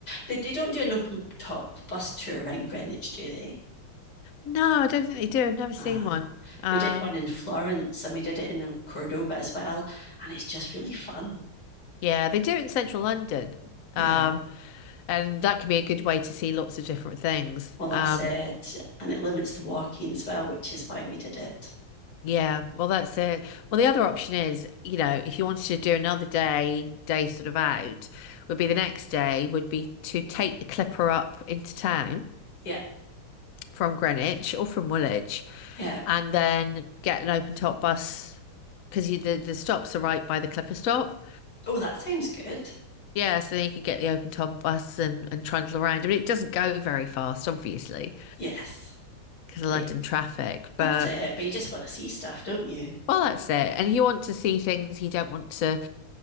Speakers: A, on the left; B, on the left.
A: they they don't do an open top bus tour around Greenwich, do they?
B: no, I don't think they do. I've never seen
A: Ah,
B: one. Um,
A: we did one in Florence, and we did it in uh, Cordoba as well, and it's just really fun.
B: Yeah, they do it in central London. Um,
A: Yeah.
B: and that can be a good way to see lots of different things.
A: Well, that's
B: Um,
A: it. And it limits the walking as well, which is why we did it.
B: yeah, well, that's it. Well, the other option is, you know, if you wanted to do another day, day sort of out, would be the next day, would be to take the Clipper up into town
A: Yeah.
B: from Greenwich or from Woolwich
A: Yeah.
B: and then get an open top bus because you, the, the stops are right by the Clipper stop.
A: Oh, that sounds good.
B: Yeah, so then you could get the open top bus and, and trundle around. I mean, it doesn't go very fast, obviously.
A: Yes.
B: because of
A: But
B: London traffic.
A: That's
B: But
A: it. But you just want to see stuff, don't you?
B: well, that's it. And if you want to see things, you don't want to,